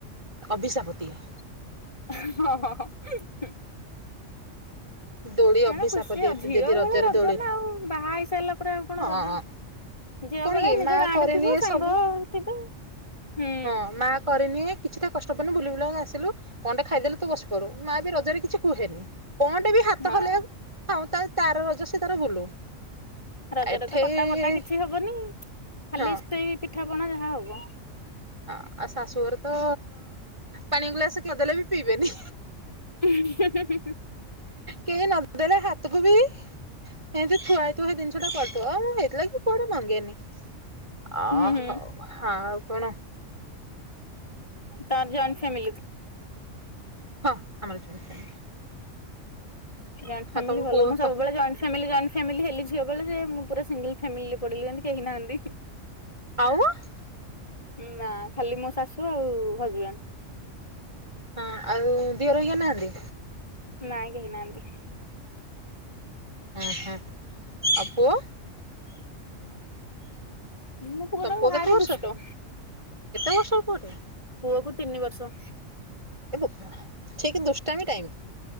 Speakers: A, on the right; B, on the left.
A: ଅଭିଶାପ ଦିଏ।
B: ହଁ
A: ଦୋଳି ଅଭିଶାପ
B: ଏଣ ଖୁସି
A: ଦିଏ
B: ଆଉ ଝିଅ
A: ଯଦି
B: ବେଳେ
A: ରଜରେ
B: ରଜ
A: ଦୋଳି
B: ନା ଆଉ ବାହା ହେଇସାରିଲା ପରେ ଆଉ କଣ
A: ହଁ
B: ରଜ? ଝିଅ
A: କଣ
B: ବେଳେ
A: କି
B: ନିଜ
A: ମା
B: ଗାଁ
A: କରେନି
B: ରେ ଥିବ
A: ଏ
B: ସାଙ୍ଗ
A: ସବୁ
B: ଥିବେ ହୁଁ
A: ହଁ ମାଁ କରିନିଏ କିଛିଟା କଷ୍ଟ ଫଷ୍ଟ ବୁଲି ବୁଲା କରି ଆସିଲୁ, କଣ ଟିକେ ଖାଇଦେଲୁ ତ ବସି ପଡୁ, ମାଁ ବି ରଜରେ କିଛି କୁହେନି। କଣଟେ ବି ହାତ
B: ହଁ
A: ହଲେଇବ ଥାଉ ତାର ତାର ରଜ ସେ ତାର ବୁଲୁ।
B: ରଜରେ
A: ଏଠେଇ
B: ତ କଟା ବଟା କିଛି ହବନି, ଖାଲି
A: ହଁ
B: ସେଇ ପିଠାପଣା ଯାହା ହବ।
A: ଅ ଆଉ ଶାଶୁଘର ତ ପାଣି ଗୁଲାସ କରିଦେଲେ ବି ପିଇବେନି।
B: <unintelligible>
A: କେହି ନଦେଲେ ହାତକୁ ବି ଏମତି ଥୁଆ ହେଇଥିବ ସେ ଜିନିଷ ଯଉଟା କରିଥିବ ମୁଁ ହେଇଥିଲାଗି କୁଆଡେ ମଙ୍ଗେନି ଅହ।
B: ହୁଁ
A: ହଁ, ଆଉ କଣ?
B: ତାର ଜଏଣ୍ଟ ଫ୍ୟାମିଲି।
A: ହଁ ଆମର ଜଏଣ୍ଟ ଫ୍ୟାମିଲୀ।
B: ଜଏଣ୍ଟ ଫେମିଲି
A: ତମ
B: ଭଲ
A: ପୁଅ
B: ମୁଁ
A: ତ
B: ସବୁବେଳେ, ଜଏଣ୍ଟ। ଫାମିଲ ଜଏଣ୍ଟ ଫାମିଲ ହେଲି ଝିଅ ବେଳେ ଯେ ମୁଁ ପୁରା ସିଙ୍ଗଲ ଫାମିଲି ପଡ଼ିଲି କେହିନାହାନ୍ତି।
A: ଆଉ ହଁ
B: ନା ଖାଲି ମୋ ଶାଶୁ ଆଉ ହଜବେଣ୍ଡ।
A: ହଁ, ଆଉ ଦିଅର କେହି ନାହାନ୍ତି?
B: ନାଇଁ କେହି ନାହାନ୍ତି?
A: ହଁ ହଁ ଆଉ ପୁଅ?
B: ମୋ ପୁଅଟା
A: ତମ ପୁଅ
B: ଭାରି
A: କେତେ ବର୍ଷ?
B: ଦୁଷ୍ଟ
A: କେତେ ବର୍ଷର ପୁଅ?
B: ପୁଅକୁ ତିନି ବର୍ଷ
A: ଏ ଠିକ୍ ଦୁଷ୍ଟାମୀ ଟାଇମ।